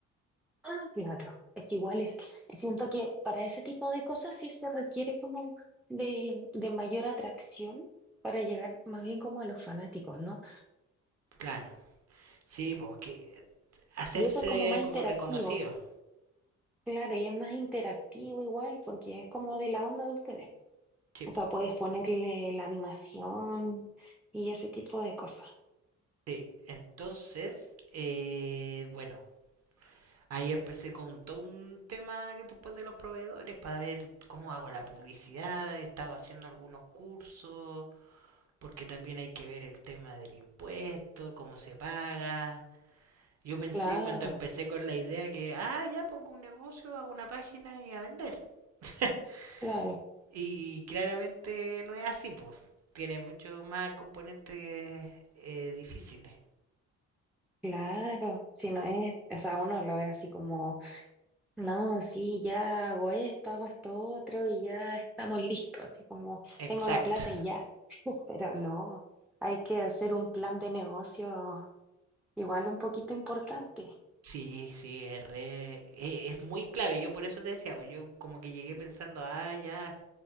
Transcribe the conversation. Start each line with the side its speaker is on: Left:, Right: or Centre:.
Centre: Ah, claro. Es que igual es que siento que para ese tipo de cosas sí se requiere como de, de mayor atracción para llegar más bien como a los fanáticos, ¿no?
Right: Claro, sí, porque hacerse
Centre: Y eso es como más interactivo.
Right: como reconocido,
Centre: Claro, y es más interactivo igual, porque es como de la onda de ustedes.
Right: tipo.
Centre: O sea, puedes ponerle la animación y ese tipo de cosas.
Right: Sí, entonces, eh, bueno, ahí empecé con todo un tema después de los proveedores para ver cómo hago la publicidad, he estado haciendo algunos cursos porque también hay que ver el tema del impuesto, cómo se paga. Yo pensé
Centre: Claro,
Right: cuando empecé con la idea que, ah, ya pongo un negocio, hago una página y a vender. <laughs>
Centre: claro,
Right: y claramente no es así, pues. Tiene mucho más componentes eh, difíciles.
Centre: claro. Si no es, o sea, uno lo ve así como, no, sí, ya hago esto, hago esto otro y ya estamos listos. Así como,
Right: Exacto.
Centre: tengo la plata y ya. <laughs> Pero no, hay que hacer un plan de negocio igual un poquito importante.
Right: Sí, sí, es, re- e- es muy clave. Yo por eso te decía, pues yo como que llegué pensando, ah, ya